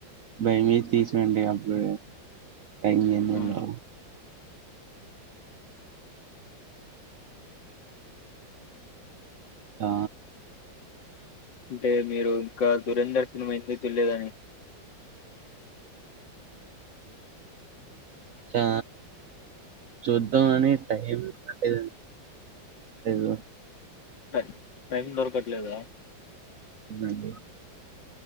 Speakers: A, on the right (about 65°); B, on the left (about 65°).
A: బైమేసి తీసినండి అప్పుడె ఫైనల్లీ ఏం తిన్నా
B: ఆ
A: వు ఆ
B: అంటే మీరు ఇంకా దురందర్ సినిమా ఎందుకు చూడలేదండి
A: ఆ... చూద్దాం అని టైంరాలేదండి ఏదో
B: టై టైం దొరకట్లేదా
A: అవునండి